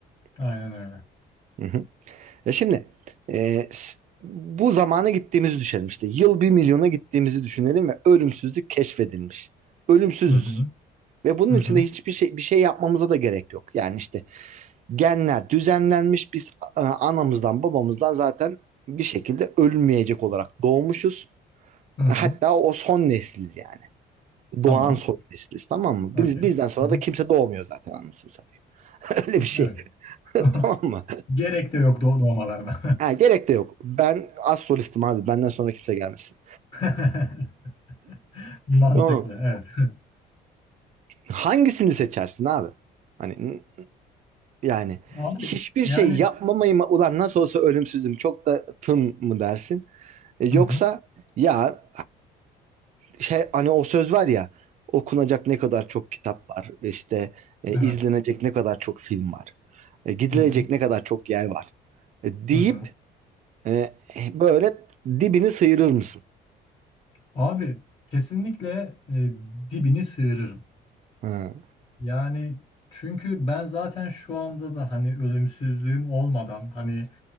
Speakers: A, on the right (about 45°); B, on the left (about 25°).
A: falan.
B: Aynen öyle.
A: Hı hı. Ya şimdi e, s- bu zamana gittiğimizi düşünelim işte. Yıl bir milyona gittiğimizi düşünelim ve ölümsüzlük keşfedilmiş. Ölümsüzüz.
B: Hı hı.
A: Ve bunun
B: Hı
A: içinde
B: hı.
A: hiçbir şey bir şey yapmamıza da gerek yok. Yani işte genler düzenlenmiş biz e, anamızdan babamızdan zaten bir şekilde ölmeyecek olarak doğmuşuz.
B: Hı hı.
A: Hatta o son nesliz yani.
B: Tamam.
A: Doğan soy nesiliz tamam mı?
B: Okey.
A: Biz, bizden sonra
B: Hı hı.
A: da kimse doğmuyor zaten anasını satayım. <laughs> Öyle bir şey.
B: Evet.
A: <laughs>
B: <laughs>
A: Tamam mı?
B: Gerek de yok doğ doğmalarına.
A: Ha, gerek de yok. Ben az solistim abi. Benden sonra kimse gelmesin.
B: <laughs> <laughs> Mantıklı.
A: Tamam.
B: Evet. <laughs>
A: Hangisini seçersin abi? Hani n- yani
B: Abi
A: hiçbir
B: yani
A: şey yapmamayı mı ulan nasıl olsa ölümsüzüm çok da tın mı dersin? E, Yoksa
B: hı hı.
A: ya şey hani o söz var ya okunacak ne kadar çok kitap var işte e,
B: Evet.
A: izlenecek ne kadar çok film var e, gidilecek
B: Hı hı.
A: ne kadar çok yer var e, deyip
B: Hı hı.
A: e, böyle dibini sıyırır mısın?
B: Abi kesinlikle e, dibini sıyırırım.
A: Ha,
B: Yani çünkü ben zaten şu anda da hani ölümsüzlüğüm olmadan hani